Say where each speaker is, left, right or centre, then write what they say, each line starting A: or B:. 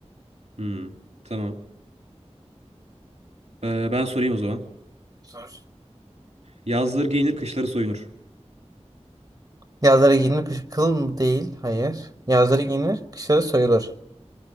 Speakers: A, on the right (about 70°); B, on the right (about 35°).
A: Hmm. Tamam. Ee, ben sorayım o zaman.
B: Sor.
A: Yazları giyinir, kışları soyunur.
B: Yazları giyinir, kış kıl mı değil? Hayır. Yazları giyinir, kışları soyulur.